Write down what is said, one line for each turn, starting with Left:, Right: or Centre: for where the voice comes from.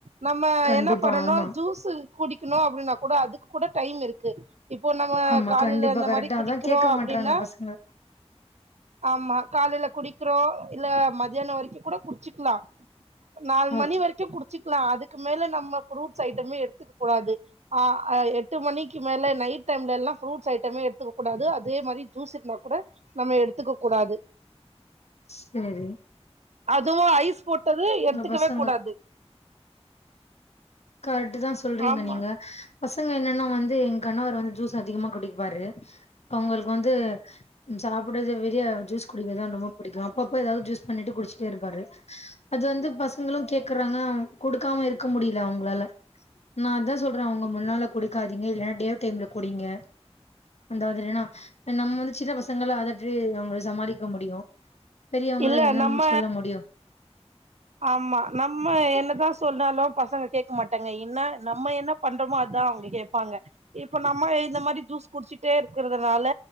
Right: நம்ம
Left: கண்டிப்பா
Right: என்னா பண்ணணு
Left: ஆமா
Right: ஜூஸு குடிக்கிணு அப்டின்னாக் கூட அதுக்கு கூட டைம் இரு க்கு இப்போ நாங்க
Left: ஆமா
Right: காலைல
Left: கண்டிப்பா
Right: இந்த
Left: கரெக்டா
Right: மாரி குடிக்கிறோ
Left: அதா கேட்க
Right: அப்டின்னா
Left: மாட்றாங்க பசங்க
Right: ஆமா காலைல குடி க்றோ இல்ல மத்யானொ வரைக்கு கூட குடிச்சிக்லா நாலு
Left: ஓகே
Right: மணி வரைக் கு குடிச்சிக்லா அதுக்கு மேல நம்ம ஃப்ரூட்ஸ் ஐட்டமே எடுத்துக்கக் கூடாது ஆ அ எட்டு மணிக்கி மேல நை ட்டைம்லேல்லா ஃப்ரூட்ஸ் ஐட்டமே எடுத்துக்கக் கூடாது அதே மாரி ஜூஸ் இருந்தா கூட நம்ம எடுத்துக்கக் கூடாது
Left: சேரி
Right: அதுவு ஐஸ் போட்டது எடுத்துக்கவே
Left: பசங்க
Right: கூடாது
Left: கரட்டுதா சொல்றீங்க
Right: ஆமா
Left: நீங்க பசங்க என்னன்னா வந்து எங்கணவர் வந் ஜூஸ் அதிகமா குடிப்பாரு அவ்ங்களுக்கு வந்து சாப்புட்றது விடிய ஜூஸ் குடிக்கிறதுதா ரொம்ப புடிக்கு அப்பப்ப ஏதாவ்து ஜூஸ் பண்ணிட்டு குடிச்சிட்டே இருப்பாரு அது வந்து பசங்களு கேக்குறாங்க அவ்ங் குடுக்காம இருக்க முடி இல்ல அவுங்களால நா அதா சொல்றே அவுங்க முன்னால குடிக்காதீங்க இல்லன்னா டே டைம்ல குடிங்க ரெண்டாவது என்னனா நம்ம வந்து சின்ன பசங்கள அதட் ட்று அவுங்கள சமாளிக்க முடியு பெரியவங்கள
Right: இல்ல
Left: என்ன
Right: நம்ம
Left: சொல்ல முடியும்
Right: ஆமா நம்ம என்னதா சொன்னாலு பசங்க கேக்க மாட்டாங்க என்னா நம்ம என்ன பண்றோமோ அதா அவுங்க கேப்பாங்க இப்ப நம்ம இந்த மாறி ஜூஸ் குடிச்சிட்டே இருக்கிறதுனால